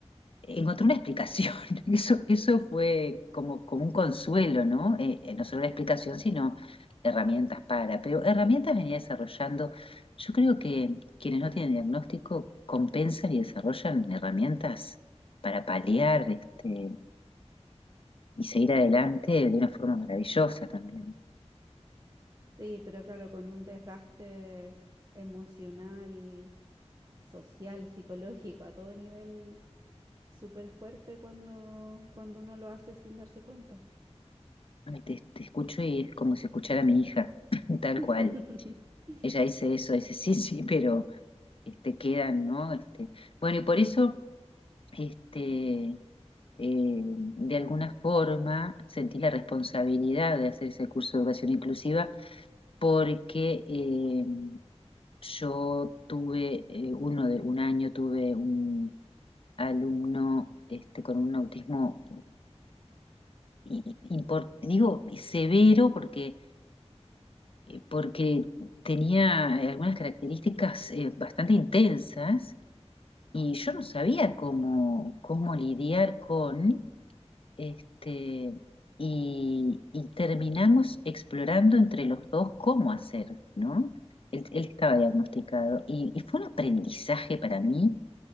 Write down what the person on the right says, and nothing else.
Sí, pero claro, con un desgaste emocional, social, psicológico, a todo nivel, súper fuerte cuando, cuando uno lo hace sin darse cuenta.
<laughs>